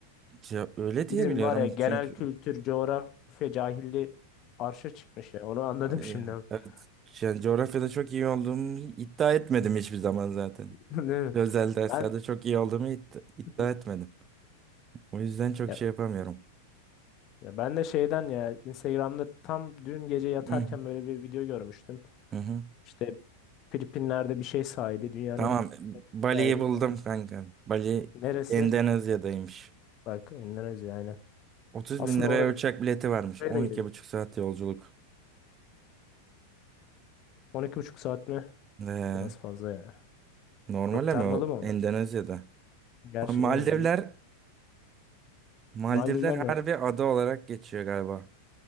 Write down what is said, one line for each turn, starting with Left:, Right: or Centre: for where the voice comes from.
Right: Ya öyle diye
Left: Bizim
Right: biliyorum
Left: var ya genel
Right: çünkü
Left: kültür, coğrafya cahilliği arşa çıkmış ya. Onu anladım
Right: Ay,
Left: şimdi. <laughs>
Right: evet. Yani coğrafyada çok iyi olduğumu iddia etmedim hiçbir zaman zaten.
Left: Değil
Right: Özel derslerde
Left: Ben
Right: çok iyi olduğumu idd- iddia
Left: <laughs>
Right: etmedim. O yüzden çok
Left: ya,
Right: şey yapamıyorum.
Left: ya ben de şeyden ya Instagram'da tam dün gece yatarken
Right: Hı hı.
Left: böyle bir video görmüştüm.
Right: Hı hı.
Left: İşte Filipinler'de bir şey sahili, dünyanın
Right: Tamam.
Left: en küçük
Right: Bali'yi
Left: sahili
Right: buldum
Left: falan.
Right: kanka. Bali
Left: Neresi?
Right: Endonezya'daymış.
Left: Bak Endonezya aynen.
Right: 30
Left: Aslında
Right: bin liraya
Left: oraya
Right: uçak bileti varmış. on
Left: da gidelim.
Right: iki buçuk saat yolculuk.
Left: on iki buçuk saat mi?
Right: Ee,
Left: Biraz fazla ya.
Right: normal
Left: Aktarmalı
Right: ama o
Left: mı ama?
Right: Endonezya'da.
Left: Gerçi
Right: Maldivler,
Left: değil mi? Bir
Right: Maldivler
Left: Maldivler nere?
Right: harbi ada olarak geçiyor galiba.